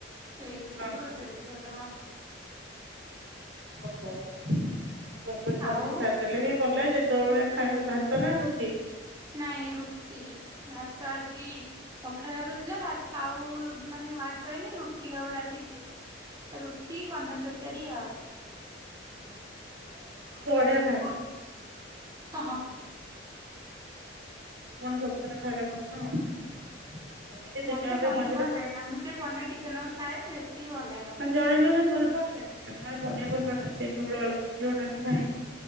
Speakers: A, on the right; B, on the right.
A: ସେଇ ଯୁଗୁରୁ
B: ହଁ ହଁ।
A: ଜଲ୍ଦି କର୍ଦବା।
B: <inaudible> ଦେଲେ
A: ଆଉ
B: ବି ଯେତବଳେ ଖାଇବ, ଭାତ ନା ରୁଟି?
A: ନାଇଁ ରୁଟି, ଭାତ ଆଜି ପଖାଳ ଭାତ ଥିଲା। ଆଉ ମାନେ ଭାତ ହେଇନି, ରୁଟି ହବ ରାତିକି। ରୁଟି ବନା ତର୍କାରୀ ଆଉ।
B: <inaudible> ଆଇଁଷ କ'ଣ
A: ହଁ ହଁ
B: ସବୁଦିନ ଖାଇଲେ ଭଲ। ଏମିତି ଦିନେ
A: ମତେ
B: ଅଧେ
A: ପନିର
B: ମଝିରେ
A: <inaudible>
B: ଜଣେ ଜଣେ ବଲ୍ ପାନ୍ତିନି, ଜଣେ ପନିର୍ ଭଲ୍ ପାଆନ୍ତିନି। ସେଇ ଝୋଳ ଆଳୁ, ମୋ ଝିଅ ଟା ବି ଖାଏନି।